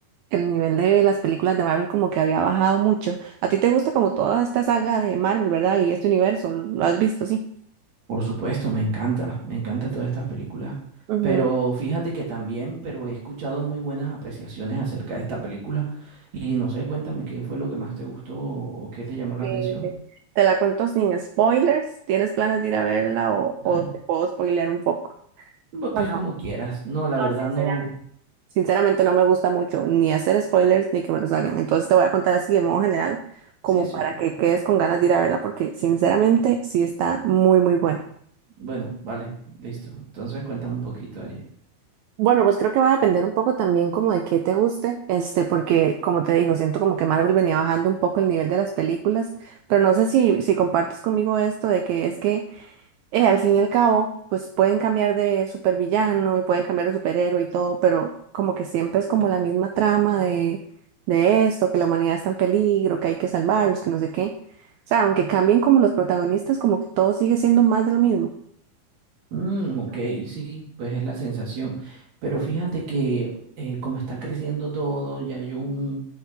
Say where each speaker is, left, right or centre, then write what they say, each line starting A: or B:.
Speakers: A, on the right; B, on the right.
A: el nivel de las películas de Marvel como que había bajado mucho. A ti te gusta como toda esta saga de Marvel, ¿verdad? Y este universo, ¿lo has visto, sí?
B: Por supuesto, me encanta, me encantan todas estas películas.
A: Ujú.
B: Pero fíjate que también, pero he escuchado muy buenas apreciaciones acerca de esta película. Y no sé, cuéntame, ¿qué fue lo que más te gustó o qué te llamó la
A: Sí,
B: atención?
A: sí. Te la cuento sin spoilers. ¿Tienes planes de ir a verla o, o
B: <laughs>
A: te puedo spoilear un poco?
B: Pues,
A: No,
B: pues
A: no,
B: como quieras. No, la
A: no,
B: verdad
A: sinceramente.
B: no.
A: Sinceramente no me gusta mucho ni hacer spoilers ni que me los hagan. Entonces te voy a contar así de modo general, como
B: Sí, sí.
A: para que quedes con ganas de ir a verla, porque sinceramente sí está muy, muy buena.
B: Bueno, vale, listo. Entonces cuéntame un poquito ahí.
A: Bueno, pues creo que va a depender un poco también como de qué te guste, este, porque como te digo, siento como que Marvel venía bajando un poco el nivel de las películas, pero no sé si, si compartes conmigo esto de que es que eh, al fin y al cabo, pues pueden cambiar de supervillano y pueden cambiar de superhéroe y todo, pero como que siempre es como la misma trama de, de esto, que la humanidad está en peligro, que hay que salvarlos, que no sé qué. O sea, aunque cambien como los protagonistas, como que todo sigue siendo más de lo mismo.
B: Mm, ok, sí, pues es la sensación. Pero fíjate que eh, como está creciendo todo, ya hay un,